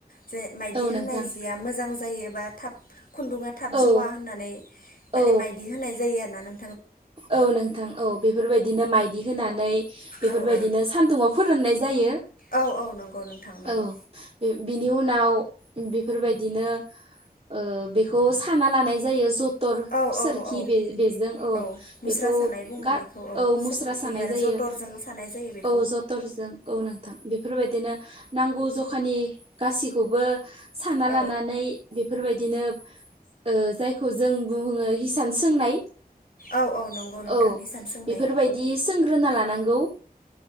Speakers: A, on the left (about 60°); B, on the right (about 35°).
A: जे माइदि
B: औ
A: होनाय
B: नोंथां
A: जिया मोजां जायोबा थाब खुन्दुङा थाब
B: औ
A: जवा होननानै माने
B: औ
A: माइदि होनाय जायो आरोना नों
B: औ नोंथां औ बेफोरबायदिनो माइदि होनानै बेफोरबायदिनो
A: औ औ।
B: सान्दुङाव फोराननाय जायो
A: औ औ नंगौ नोंथां नंगौ।
B: औ बे बिनि उनाव बेफोरबायदिनो ओ बेखौ साना लानाय जायो स दर
A: औ
B: सोरखि
A: औ
B: बे बेजों ओ
A: औ मुस्रा
B: बेखौ
A: सानाय बुङो
B: गा
A: बेखौ
B: औ
A: सोरखि
B: मुस्रा सानाय
A: आरो
B: जायो
A: जथरजों सानाय जायो बेखौ
B: औ जथरजों औ नों थां बेफोरबायदिनो नांगौ जखानि गासिखौबो सानना
A: औ
B: लानानै बेफोर बायदिनो ओ जायखौ जों बुङो हिसान सोंनाय।
A: औ औ नंगौ नोंथां
B: औ
A: हिसान सोंनाय।
B: बेफोरबायदि सोंग्रोना लानांगौ